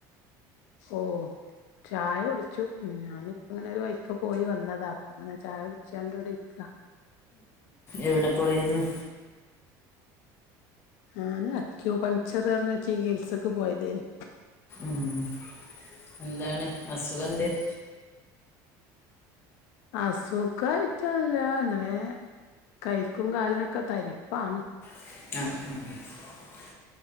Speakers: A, on the left; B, on the left.
A: ഓ ചായ കുടിച്ചു ഞാനിപ്പങ്ങനൊരു വൈക്ക പോയി വന്നതാ അപ്പൊങ്ങന ചായ കുടിച്ചാണ്ട് ഇവിടെ ഇരിക്കാ
B: എവിടെ പോയാരുന്നു
A: ഞാൻ അക്യൂപങ്ചർ പറഞ്ഞ ചികിത്സക്ക് പോയതേന്
B: മ് എന്താണ് അസുഖന്തെ <unintelligible>
A: അസുഖായിറ്റല്ല ങ്ങനേ കയ്‌ക്കും കാലിനൊക്കെ തരിപ്പാണ്
B: <inaudible>